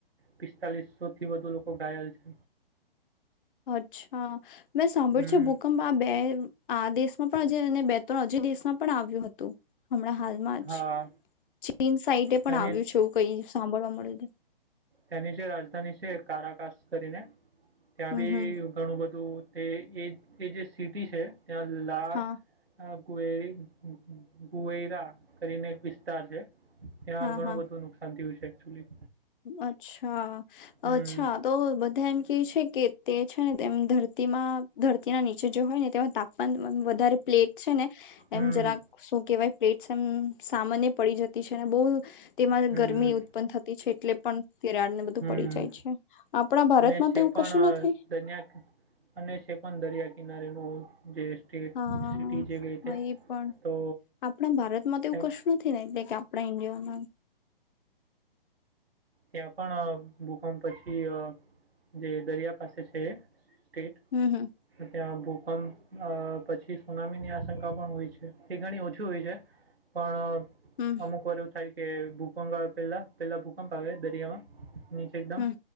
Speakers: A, on the right (about 80°); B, on the left (about 60°).
A: પિસ્તાલીસસો થી વધુ લોકો ઘાયલ છે.
B: અચ્છા, મેં સાંભળ
A: હમ
B: છે ભૂકંપ આ બે આ દેશમાં પણ બે ત્રણ હજી દેશમાં પણ આવ્યું હતુ. હમણાં હાલમાં
A: હા
B: જ ચીન સાઈટે
A: ત્યાંની
B: પણ આવ્યું છે એવું કઈ સાંભળવા મળ્યું.
A: ત્યાંની જે રાજધાની છે કારાકાસ કરીને ત્યાં
B: હમ
A: બી
B: હમ
A: ઘણું બધું તે એ એ જે સિટી છે લા
B: હા
A: કુવેરી કુવેરા કરીને એક વિસ્તાર છે. ત્યાં
B: હા
A: ઘણું
B: હા
A: બધું નુકસાન થયું છે એકચુલી.
B: અચ્છા,
A: હમ
B: અચ્છા તો બધા એમ કે છે કે તે છે ને તેમ ધરતીમાં ધરતીના નીચે જો હોય ને તેમાં તાપમાન વધારે પ્લેટ છે ને
A: હમ
B: એમ જરાક શું કેવાય પ્લેટસ એમ સામાન્ય પડી જતી છે અને બોહ તેમાં
A: હમ
B: ગરમી ઉત્પન્ન થતી છે એટલે પણ તિરાડ ને બધું
A: હમ
B: પડી જાય છે. આપણા ભારતમાં
A: અને છે
B: તો એવું
A: પણ
B: કશું નથી.
A: દરિયા અને છે પણ દરિયા કિનારેનું જે સ્ટેટ
B: હા
A: સિટી જે કહે તે
B: એ પણ
A: તો
B: આપણા ભારતમાં તો
A: ત્યાં
B: એવું કશું નથી ને એટલે કે આપણા ઇન્ડિયામા
A: ત્યાં પણ અ ભૂકંપ પછી અ જે દરિયા પાસે છે એ સ્ટેટ
B: હમ હમ
A: અને ત્યાં બુક પણ અ પછી સુનામીની આશંકા પણ હોય છે એ ઘણી ઓછી હોય છે પણ
B: હમ
A: અમુક વાર એવું થાય કે ભૂકંપ આવે પેલા પેલા ભૂકંપ આવે દરિયામાં નીચે એકદમ
B: હમ